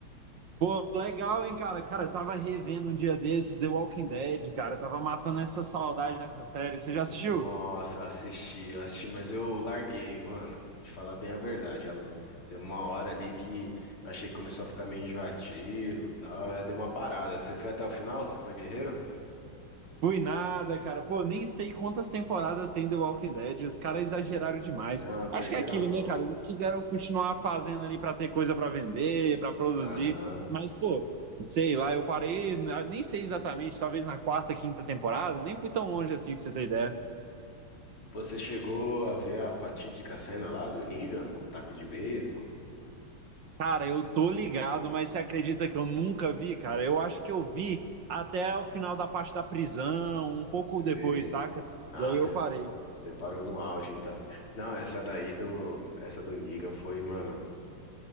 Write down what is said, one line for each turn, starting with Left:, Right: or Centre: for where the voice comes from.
Right: Pô, legal, hein, cara? Cara, eu tava revendo um dia desses The Walking Dead, cara. Eu tava matando essa saudade dessa série. Você já
Left: Nossa,
Right: assistiu?
Left: eu assisti, eu assisti, mas eu larguei, mano. Te falar bem a verdade, alô. Teve uma hora ali que eu achei que começou a ficar meio enjoativo e tal. Aí Deu uma parada. Você foi até o final? Você foi guerreiro?
Right: Fui nada, cara. Pô, nem sei quantas temporadas tem The Walking Dead. Os caras
Left: Pois
Right: exageraram
Left: é.
Right: demais.
Left: Não, perderam
Right: Acho que é aquilo,
Left: a mão.
Right: né, cara? Eles quiseram continuar fazendo ali pra ter coisa pra vender, pra produzir.
Left: Aham.
Right: Mas, pô, sei lá, eu parei, nem sei exatamente, talvez na quarta, quinta temporada. Nem fui tão longe assim, pra você ter ideia.
Left: Você chegou a ver a fatídica cena lá do Negan com o taco de beisebol?
Right: Cara, eu tô ligado, mas você acredita que eu nunca vi, cara? Eu acho que eu vi até o final da parte da prisão, um pouco
Left: Você...
Right: depois, saca?
Left: Ah,
Right: E aí
Left: você,
Right: eu parei.
Left: você parou no auge, então. Não, essa daí do... Essa do Negan foi, mano,